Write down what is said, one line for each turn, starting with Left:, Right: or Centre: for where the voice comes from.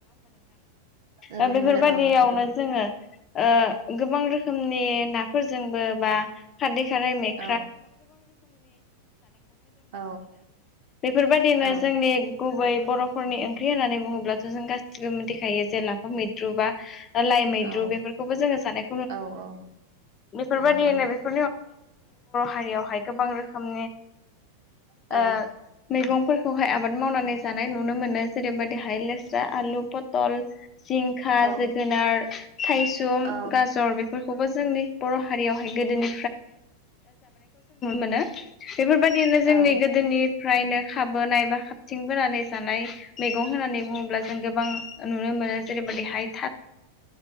Right: नुनो
Left: ओ बेफोरबादियावनो
Right: मोनो औ नंगौ
Left: जोङो ओ गोबां रोखोमनि नाफोरजोंबो बा खारदै खारै मेख
Right: औ औ
Left: बेफोरबायदिनो
Right: औ
Left: जोंनि गुबै बर'फोरनि ओंख्रि होननानै बुङोब्लाथ' जों गासिबो मिथिखायो जे लाफा मैद्रु बा लाइ मैद्रु
Right: औ
Left: बेफोरखौबो जों जोंनि
Right: औ औ
Left: बर'
Right: नंगौ नोंथां
Left: हारियावहाय गोबां रोखोमनि
Right: औ
Left: ओ मैगंफोरखौहाय आबाद मावनानै जानाय नुनो मोनो जेरैबायदिहाय लेस स्रा आलु फथल जिंखा
Right: औ
Left: जोगोनार थायसुम
Right: औ
Left: गाजर बे फोर खौ जों नुनो मोनो बेफोरबायदिनो जोंनि
Right: औ
Left: गोदोनि फ्रायनो खाबोनायबा खाबथिं बोनानै जानाय मैगं होननानै बुङोब्ला जों गोबां नुनो मोनो जेरैबायदिहाय